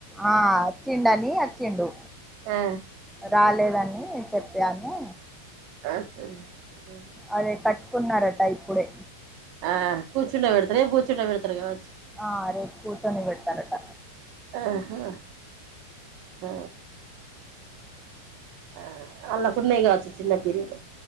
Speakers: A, in the centre; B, on the right.
A: ఆ వచ్చిండు అని వచ్చిండు.
B: ఆ
A: రాలేదని చెప్పాను.
B: ఆ <unintelligible>
A: అదే కట్టుకున్నారట ఇప్పుడే.
B: ఆ కూచుండ పెడుతుతే రేపు కూచుండ పెడుతురుగాచ్చ.
A: ఆ రేపు కూర్చొని పెడతారట.
B: ఆహా ఆ. ఆ అల్లాకున్న కావచ్చు చిన్న పిరిలు